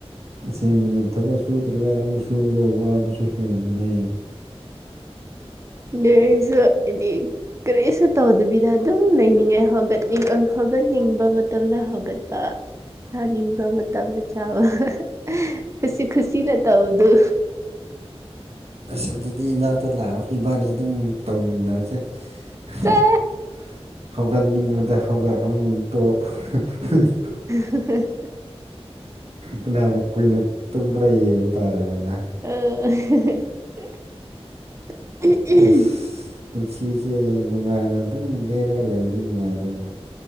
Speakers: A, on the right; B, on the right.
A: ꯑꯁꯦꯡꯕꯅꯦ ꯊꯕꯛ ꯁꯨꯗ꯭ꯔꯒ ꯑꯃꯨꯛ ꯁꯨꯕꯗꯣ ꯋꯥꯕꯖꯨ ꯍꯦꯟꯕꯅꯦ
B: <unintelligible> ꯁꯨ ꯑꯦꯗꯤꯛ ꯀꯔꯤꯁꯨ ꯇꯧꯗꯕꯤꯗ ꯑꯗꯨꯝ ꯂꯩꯅꯤꯡꯉꯦ ꯍꯧꯒꯠꯅꯤꯡ ꯎꯝ ꯍꯧꯒꯠꯅꯤꯡꯕ ꯃꯇꯝꯗ ꯍꯧꯒꯠꯄ ꯆꯥꯅꯤꯡꯕ ꯃꯇꯝꯗ ꯆꯥꯕ <unintelligible> ꯈꯨꯁꯤ ꯈꯨꯁꯤꯅ ꯇꯧꯗꯨ
A: ꯑꯁ ꯑꯗꯨꯗꯤ ꯏꯅꯥꯛꯇ ꯂꯥꯛꯑꯣ ꯏꯕꯥꯅꯤ ꯗꯨꯝ ꯇꯧꯃꯤꯟꯅꯖꯦ <unintelligible>
B: ꯆꯥ
A: ꯍꯧꯒꯠꯅꯤꯡꯕꯗ ꯍꯧꯒ ꯍꯧꯅꯤꯡ ꯇꯣꯛ <unintelligible>
B: <unintelligible>
A: ꯀꯅꯥꯅ ꯀꯨꯏꯅ ꯇꯨꯝꯕ꯭ꯔ ꯌꯦꯡꯕ ꯇꯥꯔꯦꯗꯅꯥ
B: <unintelligible>
A: ꯑꯁ ꯄꯨꯟꯁꯤꯁꯦ ꯅꯨꯡꯉꯥꯏꯅ ꯑꯗꯨꯝ ꯂꯦꯜꯂꯒ ꯂꯩꯗꯤ ꯅꯨꯡꯉꯥꯏꯗꯧꯕ